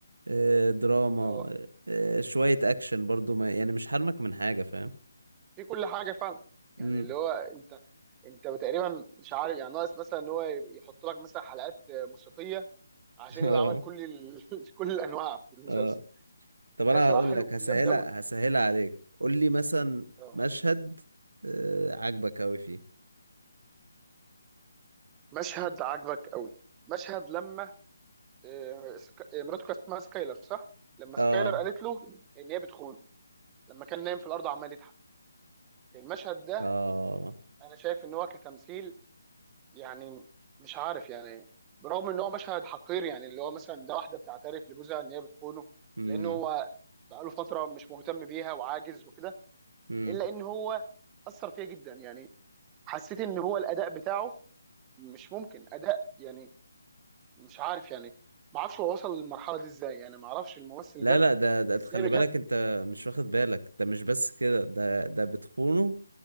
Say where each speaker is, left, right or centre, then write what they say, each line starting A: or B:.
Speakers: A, on the right; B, on the right.
A: اه، دراما
B: اه
A: اه، شوية اكشن برضو ما يعني مش حرمك من حاجة فاهم
B: في كل حاجه فعلا يعني
A: امم
B: اللي هو انت انت تقريبا مش عارف يعني ناقص مثلا ان هو يحط لك مثلا حلقات موسيقيه عشان
A: <laughs> اه
B: يبقى عمل كل ال... <laughs> كل الانواع في المسلسل
A: اه طب انا
B: لا بصراحه
A: هقول
B: حلو
A: لك هسهلها
B: جامد قوي
A: هسهلها عليك قول لي مثلا
B: اه
A: مشهد آه عاجبك قوي فيه
B: مشهد عجبك قوي مشهد لما آه، سك- آه، مراته كان اسمها سكايلر صح؟ لما
A: اه
B: سكايلر قالت له ان هي بتخونه لما كان نايم في الارض عمال يضحك المشهد ده
A: اه
B: انا شايف ان هو كتمثيل يعني مش عارف يعني برغم ان هو مشهد حقير يعني اللي هو مثلا ده واحده بتعترف لجوزها ان هي بتخونه
A: امم
B: لان هو بقاله فتره مش مهتم بيها وعاجز وكده
A: امم
B: الا ان هو اثر فيها جدا يعني حسيت ان هو الاداء بتاعه مش ممكن اداء يعني مش عارف يعني ما اعرفش هو وصل للمرحله دي ازاي يعني ما اعرفش الممثل
A: لا
B: ده
A: لا ده ده
B: ازاي
A: خلي
B: بجد
A: بالك انت مش واخد بالك ده مش بس كده ده ده بتخونه